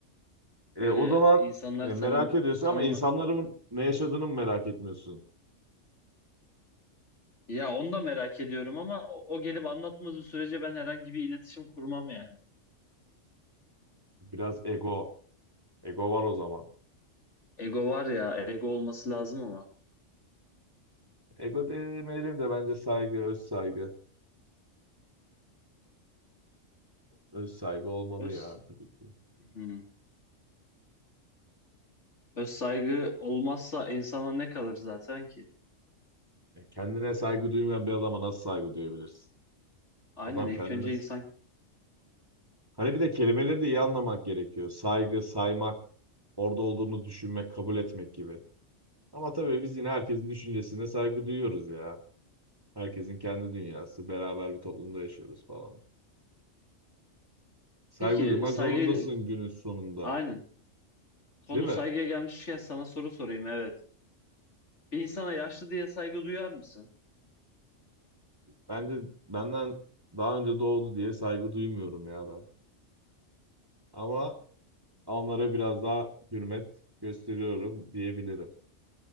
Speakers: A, on the left (about 65°); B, on the right (about 15°).
A: Öyle
B: E, o zaman
A: insanlar
B: e,
A: tanım
B: merak ediyorsun
A: tanımı
B: ama insanların ne yaşadığını mı merak etmiyorsun?
A: ya onu da merak ediyorum ama o, o gelip anlatmadığı sürece ben herhangi bir iletişim kurmam yani.
B: Biraz ego. Ego var o zaman.
A: Ego var ya, ego olması lazım ama.
B: Ego demeyelim de bence saygı, öz saygı. Öz saygı olmalı
A: Öz,
B: ya tabii ki.
A: hmm. Öz saygı olmazsa insana ne kalır zaten ki?
B: <laughs> Kendine saygı duymayan bir adama nasıl saygı duyabilirsin?
A: Aynen
B: Adam
A: ilk
B: kendine
A: önce insan...
B: Hani bir de kelimeleri de iyi anlamak gerekiyor. Saygı, saymak, orada olduğunu düşünmek, kabul etmek gibi. Ama tabii biz yine herkesin düşüncesine saygı duyuyoruz ya. Herkesin kendi dünyası, beraber bir toplumda yaşıyoruz falan. Saygı
A: Peki
B: duymak
A: saygıyla...
B: zorundasın günün sonunda,
A: Aynen. Konu
B: değil mi?
A: saygıya gelmişken sana soru sorayım evet. Bir insana yaşlı diye saygı duyar mısın?
B: Bence benden daha önce doğdu diye saygı duymuyorum ya ben. Ama onlara biraz daha hürmet gösteriyorum diyebilirim.